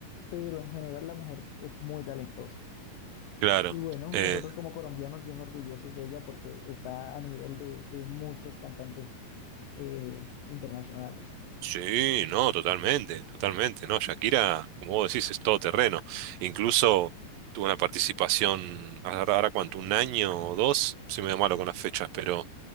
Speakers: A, on the left (about 80°); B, on the right (about 85°).
A: pero en general la mujer es muy talentosa.
B: Claro.
A: Y bueno,
B: Eh,
A: nosotros como colombianos bien orgullosos de ella porque está a nivel de, de muchos cantantes eh, internacionales.
B: Sí, no, totalmente, totalmente, no, Shakira, como vos decís, es todo terreno. Incluso tuvo una participación, ahora, ahora cuánto, un año o dos, soy medio malo con las fechas, pero